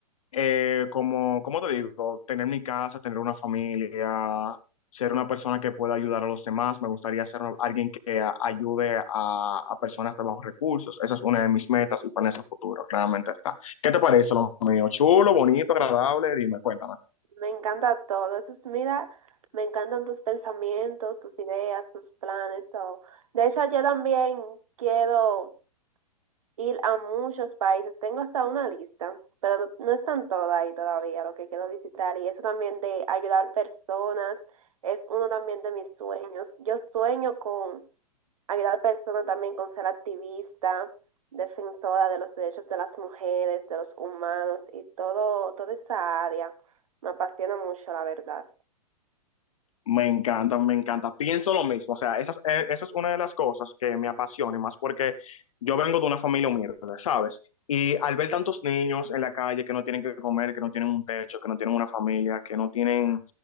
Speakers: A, on the left; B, on the right.
A: eh, como, como te digo, tener mi casa, tener una familia, ser una persona que pueda ayudar a los demás. Me gustaría ser una- alguien que a- ayude a, a personas de bajos recursos. Esa es una de mis metas y planes a futuro, claramente está. ¿Qué te parece lo mío? Chulo, bonito, agradable, dime, cuéntame.
B: Me encanta todo eso. Mira, me encantan tus pensamientos, tus ideas, tus planes, todo. De hecho, yo también quiero ir a muchos países. Tengo hasta una lista, pero no están todas ahí todavía lo que quiero visitar. Y eso también de ayudar personas es uno también de mis sueños. Yo sueño con ayudar personas también con ser activista, defensora de los derechos de las mujeres, de los humanos y todo, toda esa área. Me apasiona mucho, la verdad.
A: Me encanta, me encanta. Pienso lo mismo. O sea, esa, es- eh, esa es una de las cosas que me apasiona, y más porque yo vengo de una familia humilde, ¿sabes? Y al ver tantos niños en la calle que no tienen que comer, que no tienen un techo, que no tienen una familia, que no tienen